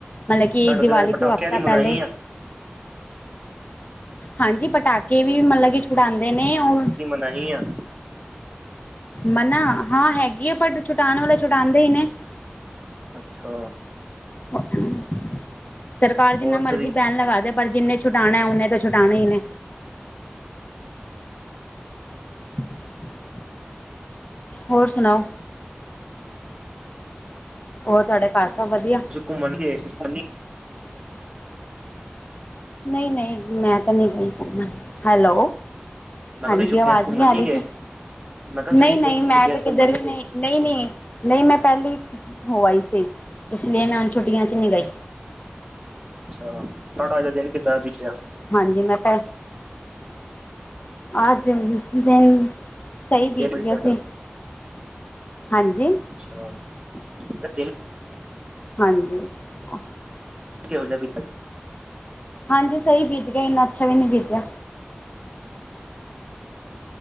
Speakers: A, on the left; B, on the right.
A: ਹਲੇ ਕਿ
B: ਤੁਹਾਡੇ
A: ਦੀਵਾਲੀ
B: ਉੱਥੇ ਵੈਸੇ ਪਟਾਕਿਆਂ
A: ਤੋਂ ਹਫ਼ਤਾ
B: ਦੀ
A: ਪਹਿਲੇੇ
B: ਮਨਾਹੀ ਆ
A: ਹਾਂਜੀ, ਪਟਾਕੇ ਵੀ ਮਤਲਬ ਕਿ ਛੁਣਾਦੇਂ ਨੇ ਓ
B: ਨਹੀਂ ਆ।
A: ਮਨਾ ਹਾਂ ਹੈਗੀ ਏ ਬਟ ਛੁਟਾਣ ਵਾਲੇ ਛੁਟਾਉਂਦੇ ਈ ਨੇ।
B: ਅੱਛਾ।
A: <inaudible> ਸਰਕਾਰ ਜਿੰਨਾ
B: ਹੋਰ
A: ਮਰਜੀ
B: ਤੁਸੀਂ
A: ਬੈਨ ਲਗਾ ਦੇ ਪਰ ਜਿੰਨੇ ਛੁਟਾਣਾ ਉਹਨੇ ਤਾਂ ਛੁਟਾਉਨੇ ਈ ਨੇਂ। <inaudible> ਹੋਰ ਸੁਣਾਓ? ਹੋਰ ਤੁਹਾਡੇ ਘਰ ਸਭ ਵਧੀਆ?
B: ਘੁਮਣ ਗਏ ਸੀ ਓਨੀ
A: ਨਹੀਂ- ਨਹੀਂ ਮੈਂ ਤਾਂ ਨਹੀਂ ਗਈ ਘੁਮਣ। ਹੈਲੋ ਹਾਂਜੀ,
B: ਕਿਹਾ ਤੁਸੀਂ ਛੁੱਟੀਆਂ
A: ਆਵਾਜ਼
B: ਚ ਘੁੰਮਣ
A: ਨਹੀਂ ਆ
B: ਨੀ
A: ਰਹੀ ਕੀ?
B: ਗਏ ਮੈਂ ਕਿਹਾ
A: ਨਹੀਂ
B: ਤੁਸੀਂ
A: -ਨਹੀਂ ਮੈਂ
B: ਛੁੱਟੀਆਂ
A: ਤਾਂ
B: ਚ
A: ਕਿੱਧਰੇ
B: ਘੁੰਮਣ ਨੀ
A: ਨਹੀਂ
B: ਗਏ
A: ਨਹੀਂ -ਨਹੀਂ, ਨਹੀਂ ਮੈਂ ਪਹਿਲੇ ਹੋਆਈ ਸੀ ਇਸ ਲਈ ਮੈਂ ਹੁਣ ਛੁੱਟੀਆਂ 'ਚ ਨਹੀਂ ਗਈ।
B: ਅੱਛਾ, ਤੁਹਾਡਾ ਅੱਜ ਦਾ ਦਿਨ ਕਿੱਦਾਂ ਦਾ ਬੀਤਿਆ।
A: ਹਾਂਜੀ ਮੈਂ ਪੈ ਅੱਜ ਦਿਨ ਸਹੀ ਬੀਤ
B: ਦਿਨ ਵਿੱਚ
A: ਗਿਆ
B: ਤੁਹਾਡਾ
A: ਸੀ, ਹਾਂਜੀ।
B: ਅੱਛਾ। <inaudible>
A: ਹਾਂਜੀ। ਅ
B: ਕੇਹੋ ਜੇਹਾ ਬਿਤਾ
A: ਹਾਂਜੀ ਸਹੀ ਬੀਤ ਗਿਆ, ਇੰਨਾ ਅੱਛਾ ਵੀ ਨਹੀਂ ਬੀਤਯਾ।